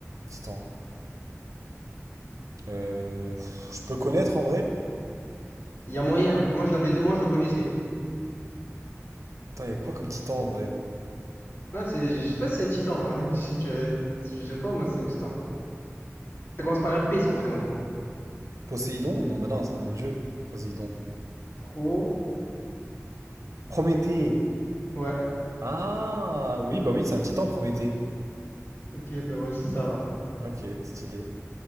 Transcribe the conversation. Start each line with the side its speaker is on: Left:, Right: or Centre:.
Right: Titan? Euh, pff, je peux connaître en vrai?
Left: Il y a moyen. Moi, je l'avais, moi, je le connaissais.
Right: Attends, y a quoi comme Titan en vrai?
Left: Ah, c'est, je sais pas si c'est un titan. hein. <laughs> Si tu- Je sais pas, moi, c'est un titan. Ça commence par un P, son prénom.
Right: Poséidon? Non, bah non, c'est un dieu, Poséidon.
Left: Pro.
Right: Prométhée!
Left: Ouais.
Right: Ah, oui, bah oui, c'est un Titan, Prométhée.
Left: Ok, bah ouais, c'est ça alors.
Right: Ok, stylé.